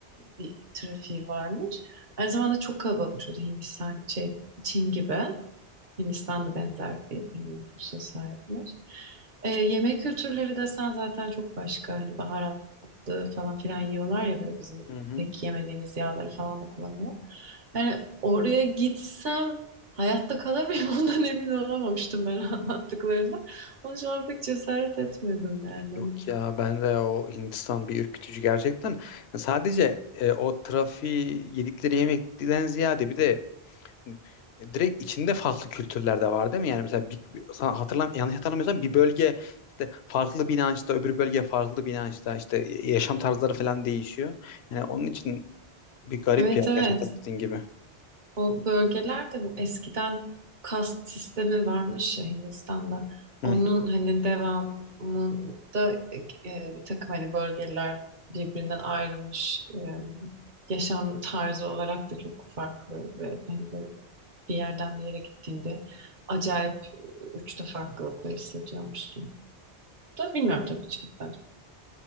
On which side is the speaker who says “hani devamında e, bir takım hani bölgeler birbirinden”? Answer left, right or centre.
Right